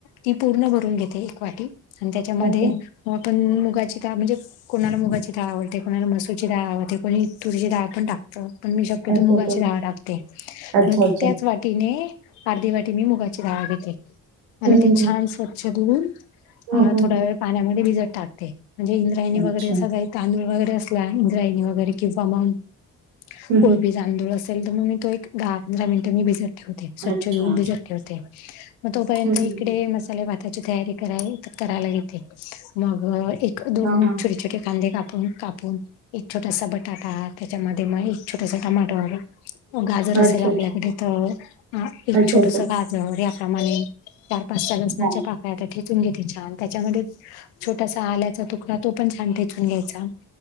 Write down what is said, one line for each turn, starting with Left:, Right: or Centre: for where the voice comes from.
Left: ती पूर्ण भरून घेते, एक वाटी आणि त्याच्यामध्ये
Right: अच्छा.
Left: आपण मुगाची डाळ म्हणजे कोणाला मुगाची डाळ आवडते, कोणाला मसुरची डाळ आवडते, कोणी तुरीची डाळ पण टाकत. पण मी शक्यतो
Right: अच्छा,
Left: मुगाची
Right: अच्छा.
Left: डाळ टाकते.
Right: अच्छा,
Left: मग
Right: अच्छा.
Left: त्याच वाटीने अर्धी वाटी मी मुगाची डाळ घेते आणि
Right: हं,
Left: ती
Right: हं,
Left: छान
Right: हं.
Left: स्वच्छ धुऊून
Right: हं,
Left: आ
Right: हं,
Left: थोडा
Right: हं.
Left: वेळ पाण्यामध्ये भिजत टाकते, म्हणजे इंद्रायणी वगैरे
Right: अच्छा.
Left: असं काय तांदूळ वगैरे असला, इंद्रायणी वगैरे किंवा मग
Right: हं,
Left: कोळपीचा
Right: हं.
Left: तांदूळ असेल तर मग मी तो एक दहा पंधरा मिनिट मी भिजत ठेवते. स्वच्छ
Right: अच्छा.
Left: धुऊन भिजत ठेवते. मग तोपर्यंत
Right: हं, हं,
Left: इकडे
Right: हं.
Left: मसाले भाताची तयारी कराव करायला घेते. मग दोन
Right: हां, हां.
Left: छोटे छोटे कांदे कापून काप एक छोटासा बटाटा त्याच्यामध्ये म एक छोटासा टमाटो गाजर असला
Right: अच्छा, अच्छा.
Left: क तर एक
Right: अच्छा,
Left: छोटस
Right: अच्छा.
Left: गाजर याप्रमाणे चार-पाच-सहा लसणाच्या
Right: हां.
Left: पाक ता ठेचून घेते छान. त्याच्यामध्येच छोटासा आल्याचा तुकडा तो पण छान ठेचून घ्यायचा.